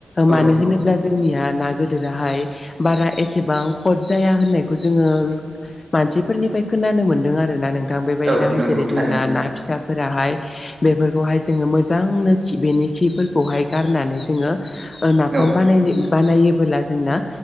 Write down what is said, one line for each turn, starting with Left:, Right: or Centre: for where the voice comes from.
Right: औ
Left: मानो
Right: नंगौ
Left: होनोब्ला जोंनिया ना गोदिराहाय बारा एसेबां हद जाया होननायखौ जोङो मानसिफोरनि फाय खोनानो मोनदों आर ना नोंथां बेबायदिनोहाय
Right: औ नंगौ
Left: जेरै जोंना
Right: थारैनो
Left: ना फिसा फोराहाय बेफोरखौहाय जोंङो मोजांनो खि बेनि खिफोरखौहाय गारनानै जोंङो नाफाम
Right: औ
Left: बानायनाय बानायोबोला जोंना